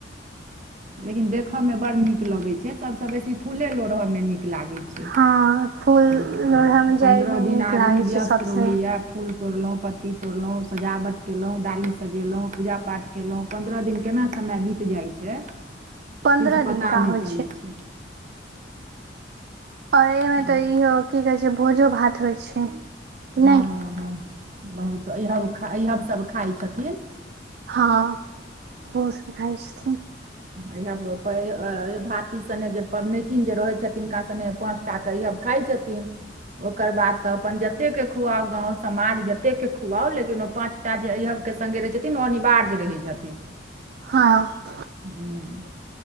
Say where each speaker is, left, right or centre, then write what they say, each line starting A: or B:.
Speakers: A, on the right (about 40°); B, on the right (about 55°).
A: लेकिन देखाऽ मे बड़ निक लगैत छै, सबसऽ बेसी फूले लोढ़य मे निक लागै छै। अऽ
B: हँ फूल लोढ़यमे
A: पन्द्रह
B: जाइमे
A: दिन
B: नीक
A: आदमी
B: लागै
A: व्यस्त
B: छै सभ
A: रहैयाऽ,
B: सङ्गे
A: फूल तोरलौं, पत्ती तोरलौं, सजावट केलौं, डाली सजेलौं, पूजा पाठ केलौं, पन्द्रह दिन केना समय बीत जाइ छै,
B: पन्द्रह
A: किछु पता
B: दिनका
A: नहि
B: होइ
A: चलै छै।
B: और अइ मे
A: हँ
B: तऽ इहो की कहै छै? भोजो-भात होइ छै। कि
A: हँ-हँ-हँ
B: नहि
A: बहुत, अईहब सब खाइ छथिन।
B: हँ ओहोसब खाइ छथिन।
A: अईहब-पइ-भाती सने जे पबनैतिन जे रहै छथिन, हिनका सने पांच टा कऽ अइहब खाइ छथिन। ओकर बाद तऽ अपन जतेक के खुआउ, गाँव समाज जतेक के खुआउ, लेकिन ओ पाँच टा जे अइहब के सङ्गे रहै छथिन ओ अनिवार्ज रहै छथिन।
B: हँ।
A: ह्म्म।